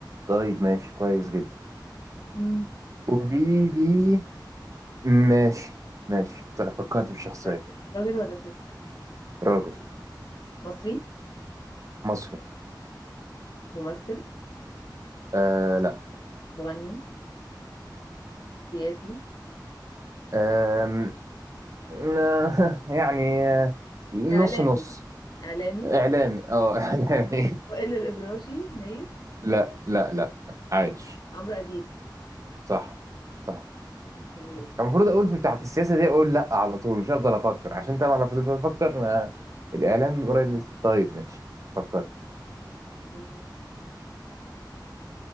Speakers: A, on the right; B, on the left.
A: طيب ماشي كويس جدا
B: مم.
A: قولي لي ماشي ماشي فت- فكرت في شخصية
B: ر- راجل ولا ست
A: راجل
B: مصري
A: مصري
B: ممثل
A: آه لا
B: مغني سياسي
A: لا آه، <laughs> يعني آه، نص
B: اعلامي
A: نص
B: اعلامي
A: اعلامي اه <laughs> اعلامي
B: وائل الابراشي ميت
A: لا لا لا لا. عايش
B: عمرو اديب
A: صح صح
B: <laughs> ماشي
A: كان المفروض اقول في بتاعت السياسه دي اقول لا على طول مش هفضل افكر عشان طبعا لو فضلت افكر ما الاعلام قريب من طيب ماشي فكرت
B: مم.